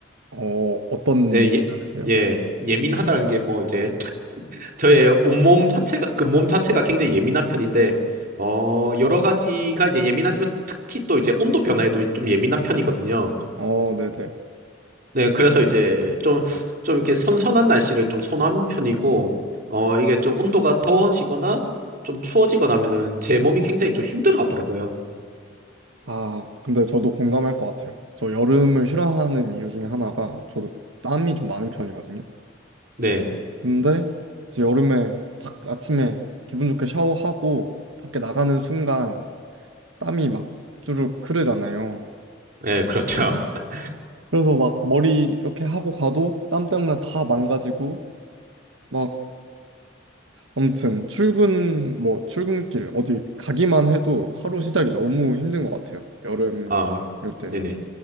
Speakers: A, on the right (about 85°); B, on the right (about 50°).
A: 어, 어떤
B: 네, 예,
A: 면에서요?
B: 예, 예민하다는 게 뭐 이제 <laughs> 저의 온몸 자체가 그 몸 자체가 굉장히 예민한 편인데 어, 여러 가지가 이제 예민하지만 특히 또 이제 온도 변화에도 좀 예민한 편이거든요.
A: 어, 네네.
B: 네, 그래서 이제 좀, 좀 이렇게 선선한 날씨를 좀 선호하는 편이고, 어, 이게 좀 온도가 더워지거나 좀 추워지거나 하면은 제 몸이 굉장히 좀 힘들어 하더라고요.
A: 아, 근데 저도 공감할 것 같아요. 저 여름을 싫어하는 이유 중에 하나가 저도 땀이 좀 많은 편이거든요.
B: 네,
A: 근데 이제 여름에 딱 아침에 기분 좋게 샤워하고 밖에 나가는 순간 땀이 막 주르륵 흐르잖아요.
B: 네, 그렇죠. <laughs>
A: 그래서 막 머리 이렇게 하고 가도 땀 때문에 다 망가지고 막 아무튼 출근 뭐 출근길 어디 가기만 해도 하루 시작이 너무 힘든 것 같아요. 여름
B: 아,
A: 이럴 때는.
B: 네네.